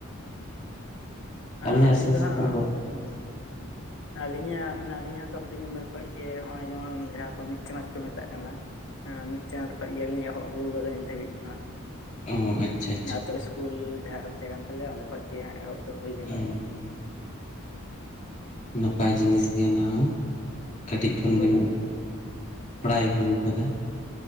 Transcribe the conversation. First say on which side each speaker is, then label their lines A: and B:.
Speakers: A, on the left; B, on the left.
A: ᱚ
B: ᱟᱹᱞᱤᱧᱟᱜ ᱥᱩᱨ
A: ᱤᱧᱫᱚ
B: ᱥᱩᱯᱩᱨ
A: ᱦᱟᱸᱜ
B: ᱠᱚᱨᱮ
A: ᱦᱳᱭ ᱟᱹᱞᱤᱧᱟᱜ ᱢᱟᱱᱮ ᱟᱹᱞᱤᱧᱟᱜ ᱫᱚ ᱦᱩᱰᱤᱧ ᱩᱢᱮᱨ ᱠᱷᱚᱱᱚᱡ ᱜᱮ ᱱᱚᱜᱼᱚᱭ ᱡᱮᱢᱚᱱ ᱡᱟᱦᱟᱸ ᱠᱚ ᱢᱤᱫ ᱪᱟᱱᱟᱪ ᱠᱚ ᱢᱮᱛᱟᱜ ᱠᱟᱱᱟ ᱦᱮᱸ ᱢᱤᱫ ᱪᱟᱸᱫ ᱠᱷᱚᱱᱚᱡ ᱜᱮᱞᱤᱧ ᱮᱦᱚ ᱟᱹᱜᱩ ᱠᱟᱫᱟ ᱱᱤᱛ ᱫᱷᱟᱹᱵᱤᱡ ᱫᱚ
B: ᱚ ᱟᱪᱪᱷᱟ ᱟᱪᱪᱷᱟ
A: ᱦᱟᱸᱜᱛᱳᱩᱞ ᱥᱠᱩᱞ ᱡᱟᱦᱟᱸ ᱛᱟᱦᱮᱸ ᱠᱟᱱ ᱛᱟᱞᱮᱭᱟ ᱚᱸᱰᱮ ᱠᱷᱚᱱ ᱜᱮ ᱦᱟᱸᱜ ᱮᱦᱚᱵ ᱫᱚ ᱦᱩᱭ ᱟᱠᱟᱱᱟ
B: ᱦᱮᱸ ᱦᱮᱸ ᱱᱟᱯᱟᱭ ᱡᱤᱱᱤᱥ ᱜᱮ ᱚᱱᱟᱦ ᱠᱟᱹᱴᱤᱡ ᱠᱷᱚᱱ
A: ᱦᱳᱭ
B: ᱵᱮᱱ ᱵᱟᱲᱟᱭ ᱟᱹᱜᱩ ᱠᱟᱫᱟ